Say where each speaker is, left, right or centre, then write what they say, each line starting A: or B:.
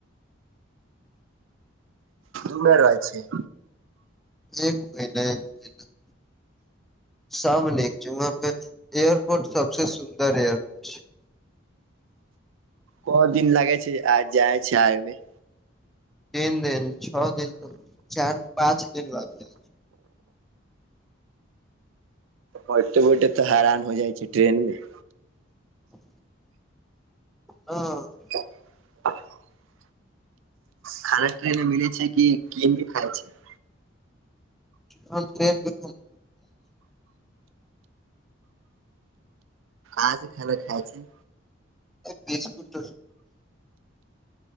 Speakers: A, on the right; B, in the centre.
A: उमेर राजा छै
B: एक महिना एक महिना। सामने च एयरपोर्ट सभसे सुंन्दर एयरपोर्ट छै
A: को दिन लागै छै आ जाइ छै आइमे
B: तीन दिन छओ दिन तऽ चार पाँच दिन लागत
A: बठते बैठते तऽ हेरान हो जाइ छै ट्रेन मे।
B: ह। हँ।
A: <inaudible> खाना ट्रेने मिल छै कि कीन के खाइ छै
B: हम ट्रेन मे
A: आज खर खाइ छै।
B: बिसकुट।